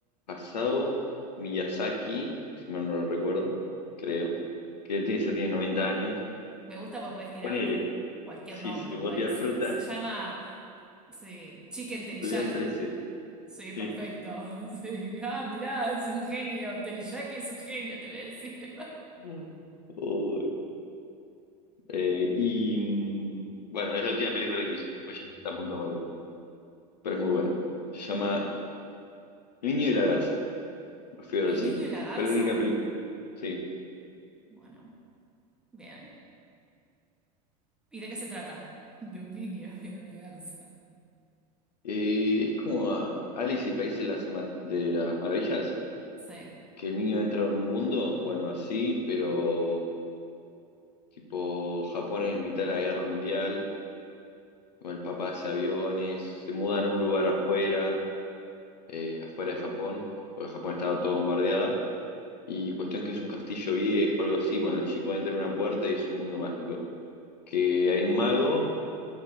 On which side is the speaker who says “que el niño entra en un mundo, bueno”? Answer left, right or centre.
Left